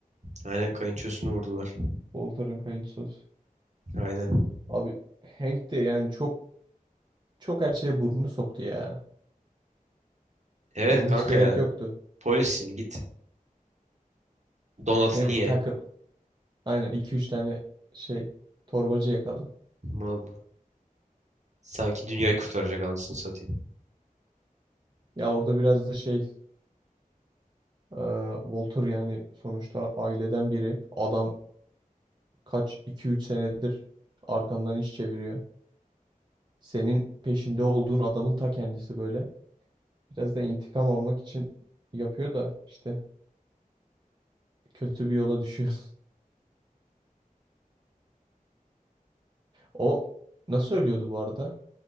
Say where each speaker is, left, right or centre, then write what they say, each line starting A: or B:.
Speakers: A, on the right; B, on the right.
A: Aynen kayınçosunu vurdular.
B: Walter'ın kayınçosu.
A: Aynen.
B: Abi Hank de yani çok çok her şeye burnunu soktu ya.
A: Evet
B: Yani
A: kanka
B: hiç gerek
A: ya.
B: yoktu.
A: Polissin git. Donatı
B: Ne bileyim
A: niye?
B: takıl. Aynen iki üç tane şey torbacı yakala.
A: Vallahi. Sanki dünyayı kurtaracak anasını satayım.
B: Ya orada biraz da şey e, Walter yani sonuçta aileden biri. Adam kaç iki üç senedir arkandan iş çeviriyor. Senin peşinde olduğun adamın ta kendisi böyle. Biraz da intikam almak için yapıyor da işte kötü bir yola düşüyor. <laughs> O nasıl ölüyordu bu arada?